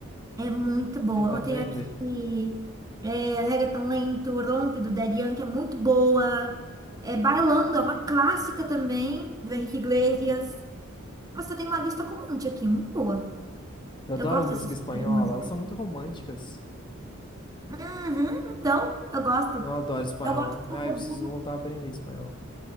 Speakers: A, on the right; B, on the left.
A: É muito boa.
B: Vou tentar aprender.
A: Eu tenho aqui é, Reggaeton Lento, Rompe, do Daddy Yankee, é muito boa. É, Bailando, é uma clássica também, do Henrique Iglesias. Nossa, tem uma lista com um monte aqui, muito boa.
B: Eu adoro
A: Eu gosto
B: música
A: desse
B: espanhola,
A: tipo de música.
B: elas são muito românticas.
A: Uhum, então, eu gosto.
B: Eu adoro espanhol.
A: Eu gosto
B: Ah,
A: do...
B: eu preciso voltar a aprender espanhol.